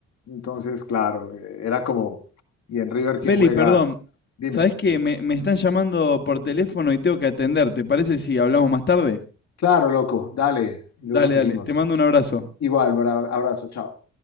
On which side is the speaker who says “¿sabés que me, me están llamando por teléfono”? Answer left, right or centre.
Left